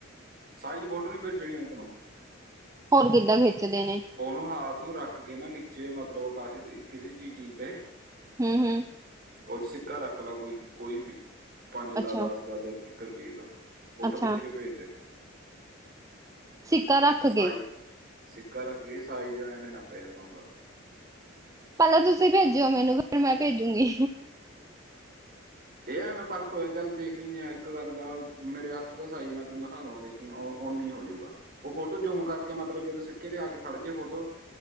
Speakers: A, on the right (about 45°); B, on the right (about 15°).
A: ਸਾਈਜ਼ ਫੋਟੋ ਨੀ ਭੇਜਣੀ ਆਂਉਦੀ ਤੈਨੂੰ
B: ਹੋਰ ਕਿੱਦਾਂ ਖਿੱਚਦੇ ਨੇ
A: ਉਹਨੂੰ ਹਾਥ ਨੂੰ ਰੱਖ ਕੇ ਨਾ ਨੀਚੇ ਮਤਲਬ ਕਾਸੇ ਕਿਸੇ ਵੀ ਚੀਜ਼ ਤੇ
B: ਹਮ ਹਮ
A: ਉਹ 'ਚ ਸਿੱਕਾ ਰੱਖ ਲਾ ਕੋਈ ਕੋਈ ਵੀ ਪੰਜ
B: ਅੱਛਾ
A: ਦਾ ਦਸ ਦਾ ਜਾਂ ਇੱਕ ਰੁਪਈਏ ਦਾ ਫੋਟੋ
B: ਅੱਛਾ
A: ਖਿੱਚ ਕੇ ਭੇਜਦੇ
B: ਸਿੱਕਾ ਰੱਖ
A: ਸਾਈਜ਼
B: ਕੇ
A: ਸਿੱਕਾ ਰੱਖ ਕੇ ਸਾਈ ਜੇ ਐਵੇਂ ਨਾ ਪੈ ਜਾਂਦਾ ਹੁੰਦਾ
B: ਪੈਲਾ ਤੁਸੀਂ ਭੇਜੇ ਓ ਮੈਨੂੰ, ਫਿਰ ਮੈਂ ਭੇਜੂਗੀ
A: ਏ-ਐ ਮੈਂ ਪਰਖ ਚੱਲ ਦੇਖ ਰਹੀ ਐ, ਇੱਕ ਗੱਲ ਆ ਮੇਰੇ ਹੱਥ ਦਾ ਸਾਈਜ ਮੈਂ ਤੇਨੂੰ ਦਿਖਾ ਦਵਾ ਤੇ ਓੰ ਓਨੀ ਹੋਜੂਗਾ, ਉਹ ਫੋਟੋ ਜੂਮ ਕਰਕੇ ਮਤਲਬ ਜਦੋਂ ਸਿੱਕੇ ਤੇ ਆ ਕੇ ਖੜ ਜੇ ਫੋਟੋ